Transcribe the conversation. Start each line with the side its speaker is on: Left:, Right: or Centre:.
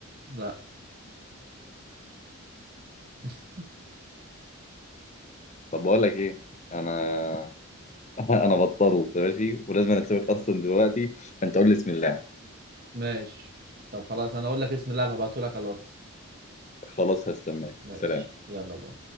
Right: لا <laughs>
Left: طب بقول لك ايه انا <laughs> انا بطلت ماشي ولازم أنا اسيبك اصلا دلوقتي فانت قول لي اسم اللاعب
Right: ماشي طب خلاص انا اقول لك اسم اللاعب هبعته لك على الواتس
Left: خلاص هستناك
Right: ماشي
Left: سلام
Right: يلا بقى